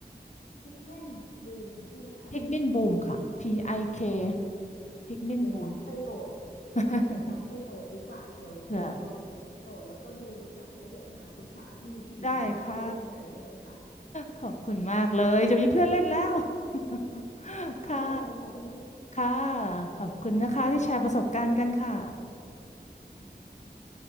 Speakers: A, on the left; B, on the left.
A: พิกเมนบูมใช่ไหมคะ
B: พิกมินบูมค่ะ P I K
A: อุ้ย
B: พิกมินบูม
A: เดี๋ยวตักไปโหลดเนี่ยเดี๋ยวตักไปโหลดดีกว่าเดี๋ยวเดี๋ยวลองโหลดแล้วก็ดูดีกว่าแล้วเดี๋ยวมาปรึกษาพี่อีกทีว่าเล่นยังไงได้ไหมคะ
B: <laughs> เผื่อได้ค่ะ ขอบคุณมากเลยจะมีเพื่อนเล่นแล้ว <laughs>
A: ได้เลยค่ะพี่
B: ค่ะค่ะขอบคุณนะคะที่แชร์ประสบการณ์กันค่ะ
A: ค่ะ